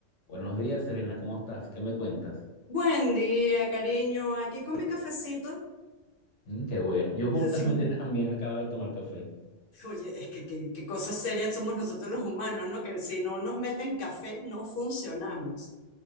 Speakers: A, on the left; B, on the left.
A: Buenos días, Serena, ¿cómo estás? ¿Qué me cuentas?
B: Buen día, cariño. Aquí con mi cafecito.
A: Mm, qué bueno. Yo justamente
B: <laughs> Sin-
A: también acabo de tomar café,
B: Oye, es que que- qué cosas serias somos nosotros los humanos, ¿no? Que si no nos meten café, no funcionamos.